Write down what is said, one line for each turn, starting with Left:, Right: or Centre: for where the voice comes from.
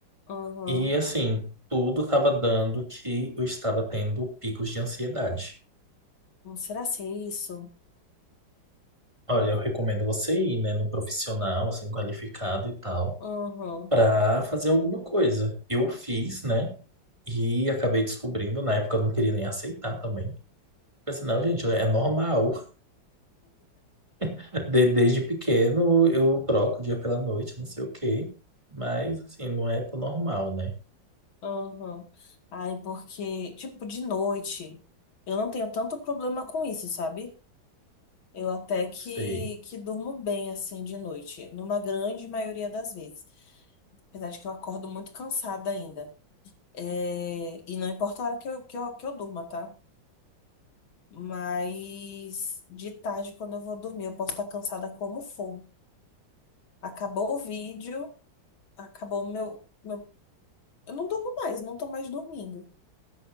Left: uhum.
Right: E assim, tudo tava dando que eu estava tendo picos de ansiedade.
Left: Não será ser isso?
Right: Olha, eu recomendo você ir, né, no profissional, assim, qualificado e tal,
Left: Uhum,
Right: pra fazer alguma coisa. Eu fiz, né, e acabei descobrindo, na época eu não queria nem aceitar também. Porque assim, não, gente, é normal. <laughs> De- desde pequeno eu troco o dia pela noite, não sei o quê. Mas, assim, não é tão normal, né?
Left: uhum. Ai, porque, tipo, de noite, eu não tenho tanto problema com isso, sabe? Eu até que,
Right: Sei.
Left: que durmo bem assim de noite, numa grande maioria das vezes. Apesar de que eu acordo muito cansada ainda. É, e não importa a hora que eu, que eu, que eu durma, tá? Mas de tarde, quando eu vou dormir, eu posso estar cansada como for. Acabou o vídeo, acabou o meu, meu. Eu não durmo mais, não tô mais dormindo.